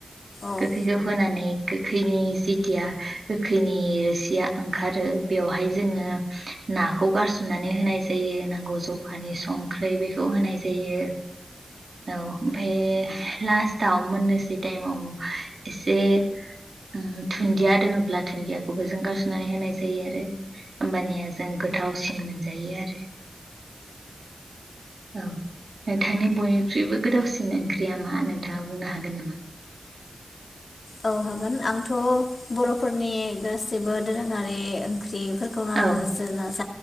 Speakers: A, on the left; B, on the right.
A: औ
B: गोखैखौ
A: औ
B: होनानै गोखैनि जिथिया गोखैनि रोसिया ओंखारो बेवहाय जोङो नाखौ गारसोमनानै होनाय जायो नांगौ जखानि संख्रै बेखौ होनाय जायो औ ओमफाय लास्टाव मोननोसै टाइमाव एसे उम दुन्दिया दोङोब्ला दुन्दियाखौबो जों गारस'नानै होनाय जायो आरो होमबानिया जों गोथावसिन मोनजायो आरो। औ नोंथांनि बयनिख्रुइबो गोथावसिन ओंख्रिया मा नोंथाङा बुंनो हागोन नामा?
A: औ हागोन आंथ' बर'फोरनि गासिबो दोरोङारि ओंख्रि
B: औ
A: <unintelligible>